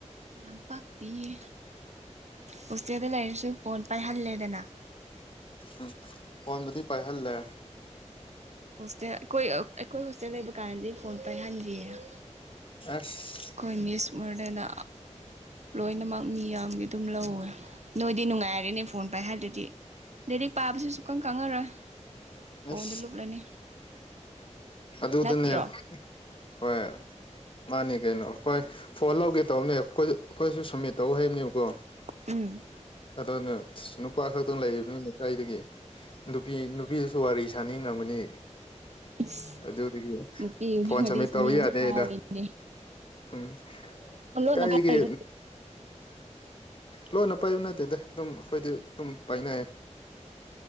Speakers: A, on the right (about 65°); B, on the left (about 45°).
A: ꯌꯥꯝ ꯄꯥꯛꯇꯤꯌꯦ ꯍꯣꯁꯇꯦꯜꯗ ꯂꯩꯔꯁꯨ ꯐꯣꯟ ꯄꯥꯏꯍꯜꯂꯦꯗꯅ
B: ꯎꯝ ꯐꯣꯟꯕꯨꯗꯤ ꯄꯥꯏ ꯍꯜꯂꯦ
A: ꯍꯣꯁꯇꯦꯜ ꯑꯩꯈꯣꯏ ꯑꯩꯈꯣꯏ ꯍꯣꯁꯇꯦꯜ ꯂꯩꯕ ꯀꯥꯟꯗꯗꯤ ꯐꯣꯟ ꯄꯥꯏꯍꯟꯗꯤꯌꯦ
B: <inaudible>
A: ꯈꯣꯏ ꯃꯤꯁ ꯃꯣꯔꯗꯦꯅ ꯂꯣꯏꯅꯃꯛ ꯃꯤ ꯌꯥꯝꯒꯤ ꯑꯗꯨꯝ ꯂꯧꯋꯦ ꯅꯣꯏꯗꯤ ꯅꯨꯡꯉꯥꯏꯔꯦꯅꯦ ꯐꯣꯟ ꯄꯥꯏ ꯍꯥꯜꯗꯨꯗꯤ ꯂꯥꯔꯤꯛ ꯄꯥꯕꯁꯨ ꯁꯨꯛꯀꯪ ꯀꯪꯉꯔꯣꯏ
B: ꯑꯁ
A: ꯐꯣꯟꯗ ꯂꯨꯞꯂꯅꯤ
B: ꯑꯗꯨꯗꯅꯦꯕ
A: ꯅꯠꯇ꯭ꯔꯣ
B: ꯍꯣꯏ ꯃꯥꯅꯦ ꯀꯩꯅꯣ ꯈꯣꯏ ꯐꯣꯟ ꯂꯧꯒꯦ ꯇꯧꯕꯅꯦ ꯈꯣꯏꯖꯨ ꯑꯈꯣꯏꯁꯨ ꯁꯝꯃꯤꯠ ꯇꯧ ꯍꯩꯕꯅꯦꯕꯀꯣ
A: ꯎꯝ
B: ꯑꯗꯨꯅ ꯅꯨꯄꯥ ꯈꯛꯇꯪ ꯂꯩꯕꯅꯤꯅ ꯀꯥꯏꯗꯒꯤ ꯅꯨꯄꯤ ꯅꯨꯄꯤꯁꯨ ꯋꯥꯔꯤ ꯁꯥꯅꯤꯡꯉꯝꯒꯅꯤ
A: ꯏꯁ
B: ꯑꯗꯨꯗꯥꯒꯤ
A: ꯅꯨꯄꯤꯒꯗꯤ
B: ꯐꯣꯟ
A: ꯋꯥꯔꯤ
B: ꯁꯥꯃꯤꯠ
A: ꯁꯥꯅꯤꯡꯕ
B: ꯇꯧ ꯌꯥꯗꯦ
A: ꯐꯥꯎꯏꯅꯦ
B: ꯗꯣ ꯎꯝ
A: ꯐꯣꯟ ꯂꯣꯟꯅ
B: ꯀꯩꯒꯤ
A: ꯄꯥꯏꯔꯤꯔꯣ
B: ꯂꯣꯟꯅ ꯄꯥꯏꯕ ꯅꯠꯇꯦꯗ ꯑꯗꯨꯝ ꯑꯩꯈꯣꯏꯗꯤ ꯑꯗꯨꯝ ꯄꯥꯏꯅꯩ